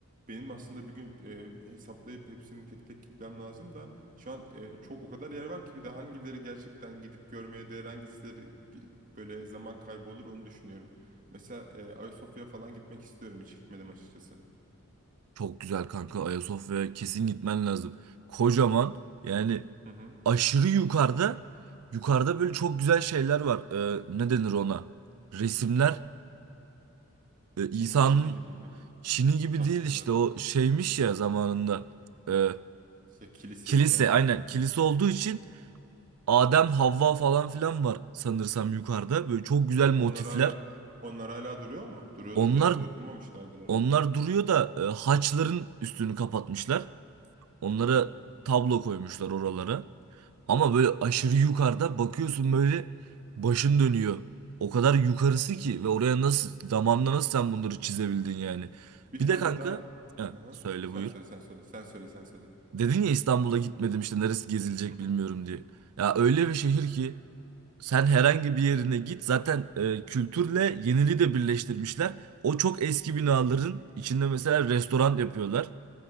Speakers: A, on the right; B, on the right.
A: Benim aslında bir gün e, hesaplayıp hepsini tek tek gitmem lazım da şu an e, çok o kadar yer var ki bir de hangileri gerçekten gidip görmeye değer hangisileri gi- böyle zaman kaybı olur onu düşünüyorum. Mesela e, Ayasofya falan gitmek istiyorum hiç gitmedim açıkçası.
B: Çok güzel kanka Ayasofya'ya kesin gitmen lazım. Kocaman yani
A: Hı hı.
B: aşırı yukarıda yukarıda böyle çok güzel şeyler var. Ee, ne denir ona? Resimler. Ee, İsa'nın
A: Çin'i Çin'i gibi mi?
B: Çin'i gibi
A: Tasvirler
B: değil işte
A: ha.
B: o şeymiş ya zamanında. Ee,
A: İşte kiliseydi
B: kilise
A: yani.
B: aynen kilise olduğu için Adem Havva falan filan var sanırsam yukarıda. Böyle çok güzel motifler.
A: Onlar hala onlar hala duruyor mu? Duruyordur
B: Onlar
A: gerçi dokunmamışlardır herhalde.
B: onlar duruyor da e, haçların üstünü kapatmışlar. Onlara
A: Aha.
B: tablo koymuşlar oralara. Ama böyle aşırı yukarıda bakıyorsun böyle başın dönüyor. O kadar yukarısı ki ve oraya nasıl zamanla nasıl sen bunları çizebildin yani.
A: Bir
B: Bir
A: tane
B: de kanka,
A: daha
B: ha,
A: Aha.
B: söyle
A: Sen
B: buyur.
A: söyle sen söyle. Sen söyle sen söyle.
B: Dedin ya İstanbul'a gitmedim işte neresi gezilecek
A: Hı hı.
B: bilmiyorum diye. Ya öyle bir şehir ki sen herhangi bir yerine git zaten e, kültürle yeniliği de birleştirmişler. O çok eski binaların içinde mesela restoran yapıyorlar